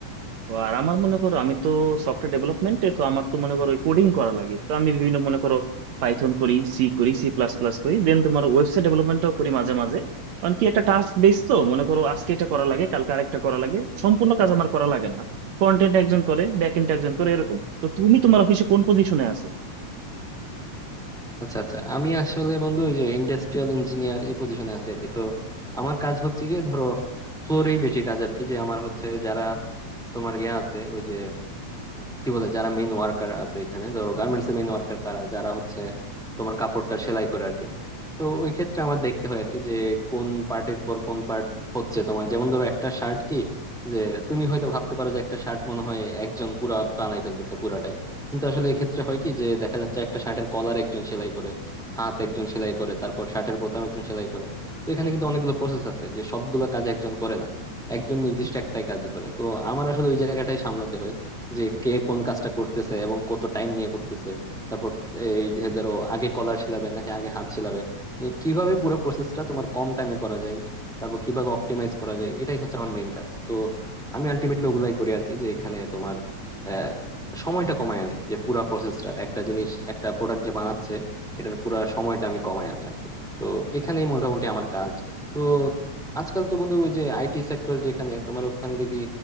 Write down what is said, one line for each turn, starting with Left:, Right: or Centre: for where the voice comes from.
Right: ও আর আমার মনে করো আমি তো সফটওয়্যার ডেভেলপমেন্টে তো আমার তো মনে করো কোডিং করা লাগে তো আমি বিভিন্ন মনে করো পাইথন করি সি করি সি প্লাস প্লাস করি দেন তোমার ওয়েবসাইট ডেভেলপমেন্টও করি মাঝে মাঝে কারণ কি একটা টাস্ক বেস তো মনে করো আজকে এটা করা লাগে কালকে আরেকটা করা লাগে সম্পূর্ণ কাজ আমার করা লাগে না ফ্রন্ট এন্ড একজন করে ব্যাক এন্ড একজন করে এরকম তো তুমি তোমার অফিসে কোন পজিশনে আছো
Centre: আচ্ছা আচ্ছা আমি আসলে বন্ধু ওই যে ইন্ডাস্ট্রিয়াল ইঞ্জিনিয়ার এই পজিশনে আছি আর কি তো আমার কাজ হচ্ছে গিয়ে ধরো ফ্লোরেই বেশি কাজ আর কি যে আমার হচ্ছে যারা তোমার ইয়ে আছে ওই যে কি বলে যারা মেইন ওয়ার্কার আছে এখানে ধরো গার্মেন্টস এর মেইন ওয়ার্কার কারা যারা হচ্ছে তোমার কাপড়টা সেলাই করে আর কি তো ওই ক্ষেত্রে আমার দেখতে হয় আর কি যে কোন পার্টের পর কোন পার্ট হচ্ছে তোমার যেমন ধরো একটা শার্ট কি যে তুমি হয়তো ভাবতে পারো যে একটা শার্ট মনে হয় একজন পুরা বানাই ফেলতেছে পুরাটাই কিন্তু আসলে এক্ষেত্রে হয় কি যে দেখা যাচ্ছে একটা শার্টের কলার একজন সেলাই করে হাত একজন সেলাই করে তারপর শার্টের বোতাম একজন সেলাই করে তো এখানে কিন্তু অনেকগুলো প্রসেস আছে যে সবগুলো কাজ একজন করে না একজন নির্দিষ্ট একটাই কাজই করে তো আমার আসলে ওই জায়গাটাই সামলাতে হয় যে কে কোন কাজটা করতেছে এবং কত টাইম নিয়ে করতেছে তারপর এই যে ধরো আগে কলার শিলাবে নাকি আগে হাত শিলাবে মানে কিভাবে পুরো প্রসেসটা তোমার কম টাইমে করা যায় তারপর কিভাবে অপটিমাইজ করা যায় এটাই হচ্ছে আমার মেইন কাজ তো আমি আলটিমেটলি ওগুলাই করি আর কি যে এখানে তোমার আহ, সময়টা কমায় আনি যে পুরা প্রসেসটার একটা জিনিস একটা প্রোডাক্ট যে বানাচ্ছে এটার পুরা সময়টা আমি কমায় আনি আর কি তো এখানেই মোটামুটি আমার কাজ তো আজকাল তো বন্ধু ওই যে আইটি সেক্টর যেখানে তোমার ওখানে দেখি